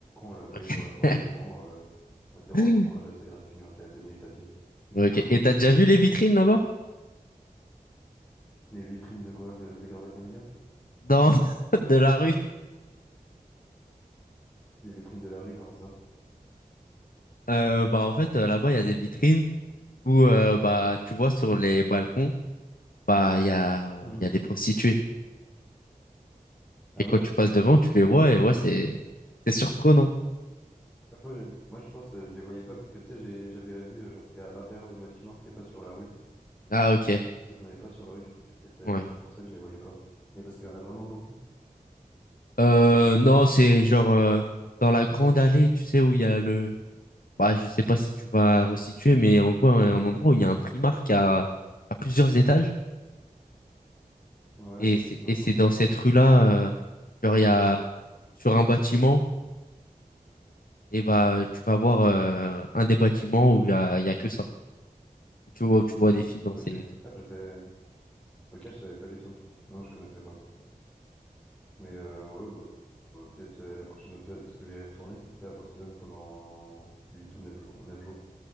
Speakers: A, in the centre; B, on the left.
A: on la voyait,
B: Ok.
A: genre, bon, on était vraiment, euh, on était vraiment
B: <laughs>
A: tout proche de la Sagrada Familia, on était à deux minutes à pied. Du
B: Ok.
A: coup, on la voyait
B: Et t'as
A: hyper
B: déjà
A: bien.
B: vu les vitrines là-bas?
A: Les vitrines de quoi? De la Sagrada Familia?
B: Dans <laughs> de la rue?
A: Les vitrines de la rue, comment ça?
B: Euh, bah en fait, euh, là-bas, il y a des vitrines où euh, bah tu vois sur les balcons, bah il y a
A: Hmm.
B: il y a des prostituées.
A: Ah
B: Et quand
A: ouais?
B: tu passes devant, tu les vois et ouais, c'est c'est surprenant.
A: Bah, Moi, j'ai- moi, je pense, euh, je les voyais pas, parce que, tu sais, j'ai- j'avais la vue, euh, genre, c'était à l'intérieur de mon bâtiment, c'était pas sur la rue.
B: Ah ok,
A: Ça donnait pas sur la rue, du coup, c'est peut-être, euh,
B: ouais.
A: peut-être pour ça que je les voyais pas. Mais parce qu'il y en a vraiment beaucoup.
B: Euh, non, c'est genre euh, dans la grande allée, tu sais où il y a le, bah je sais pas si tu vas resituer, mais en gros un un endroit où il y a un Primark à à plusieurs étages
A: Ouais,
B: et c'est
A: non,
B: et
A: je
B: c'est
A: vois
B: dans
A: pas.
B: cette rue-là, euh, genre il y a sur un bâtiment et bah tu vas voir euh, un des bâtiments où il y a il y a que ça. Et tu vois tu vois des filles danser
A: Ok,
B: et tout.
A: ah, je sais. Ok, je savais pas du tout. Non, je connaissais pas. Mais
B: Ah
A: euh,
B: bah,
A: ouais, bah, euh, peut-être euh, la prochaine, peut-être- parce que je vais y retourner cet été à Barcelone pendant 8 ou 9 jours. 9 jours.